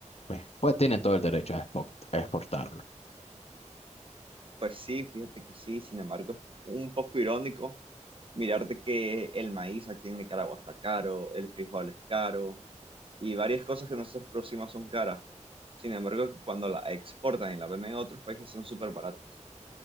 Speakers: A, on the left (about 55°); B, on the right (about 45°).
A: pues, pues tienen todo el derecho a expo- a exportarlo.
B: Pues sí, fíjate que sí, sin embargo, es un poco irónico mirarte que el maíz aquí en Nicaragua está caro, el frijol es caro y varias cosas que nosotros producimos son caras. Sin embargo, cuando la exportan y la venden en otros países son súper baratas.